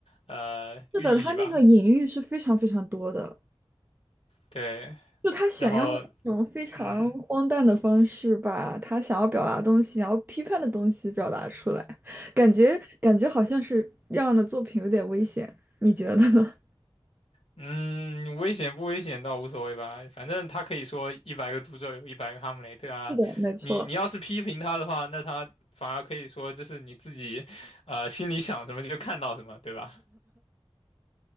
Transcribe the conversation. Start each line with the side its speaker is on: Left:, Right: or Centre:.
Left: 呃，
Right: 是的，
Left: 寓意吧。
Right: 他那个隐喻是非常非常多的，
Left: 对，
Right: 就他选用了一种非常荒诞的方式，
Left: 然后，嗯。
Right: 把他想要表达的东西、想要批判的东西表达出来，感觉感觉好像是让的作品有点危险，你觉得呢？
Left: 嗯，危险不危险倒无所谓吧，反正他可以说一百个读者有一百个哈姆雷特啊。
Right: <laughs> 是的，没错。
Left: 你你要是批评他的话，那他反而可以说这是你自己，呃，心里想什么就看到什么，对吧？